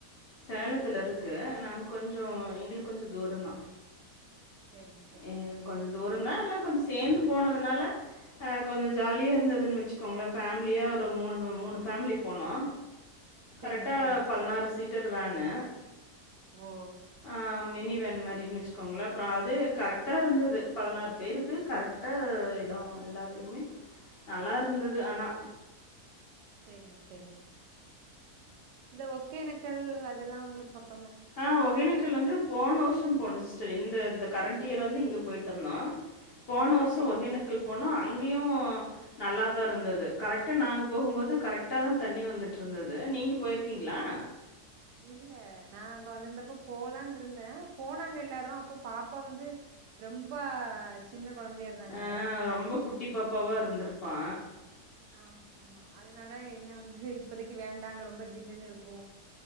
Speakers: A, on the left; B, on the right.
A: சேலத்துல இருக்கு நாங்க கொஞ்ச எங்களுக்கு கொஞ்ச தூர்தா
B: சேரிங்க சேரிங்க
A: ம்
B: சிஸ்டர்
A: கொஞ்ச தூரம் தா இல்ல கொஞ்ச சேர்ந்து போனதுனால ஆ கொஞ்ச ஜாலியா இருந்ததுன்னு வச்சுக்கோங்கள ஃபேமிலியா ஒரு மூணு மூணு ஃபேமிலி போனோ கரெக்டா
B: சேரிங்க சேரிங்க
A: பதினாறு சீட்டர் வேனுு
B: ஓ
A: ஆ மினி வேன் மாதிரினு வச்சுக்கோங்களே அப்புறம் அது கரெக்டா இருந்தது பதினாறு பேருக்கு கரெக்டா இடம் எல்லாத்துக்குமே நல்லா இருந்தது ஆனா
B: சரி சரி இந்த ஒகேனக்கல் அதெல்லா உங்களுக்கு பக்
A: ஆ ஒகேனக்கு க்கல் வந்து போன வருஷம் போனோ சிஸ்டர் இந்த இந்த கரண்ட் இயர் வந்து இங்க போயட்டு வந்தோ போன வருஷசோ
B: சரிங்க
A: ஒகேனக்கள்
B: சார்
A: போனோ அங்கேயு நல்லா தா இருந்தது கரெக்டா நாங்க போகும்போது கரெக்டா தா தண்ணி வந்துட்டு இருந்தது நீங்க போயிருக்கீங்களா
B: இல்ல நா அங்க வந்திருந்தப்ப போலா இருந்த போனாங்க எல்லாரு அப்போ பாப்பா வந்து ரொம்ப சின்ன குழந்தையா இருந்தாங்க
A: ஆ ரொம்ப குட்டி பாப்பாவா இருந்திருப்பா
B: ஆமா ஆமா அதனால என்ன வந்து இப்பதைக்கு வேண்டாங் ரொம்ப ஜில்லுன்னு இருக்கு